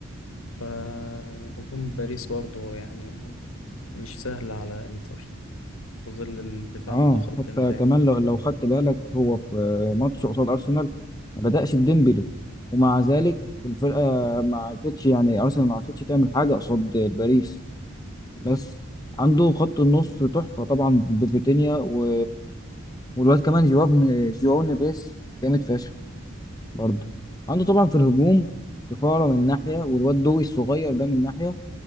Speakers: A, on the left; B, on the left.
A: فهجوم باريس برضه يعني مش سهلة على إنتر في ظل الدفاع
B: اه
A: المتقدم
B: حتى
A: دايما
B: كمان لو لو خدت بالك هو في ماتش قصاد ارسنال ما بدأش بديمبلي ومع ذلك الفرقه ما عرفتش يعني ارسنال ما عرفتش تعمل حاجه قصاد باريس بس عنده خط النص تحفه طبعا بفيتينيا و... والواد كمان جواو جواو نيفيس جامد فشخ برضه عنده طبعا في الهجوم كفاره من ناحيه والواد دوي الصغير ده من ناحيه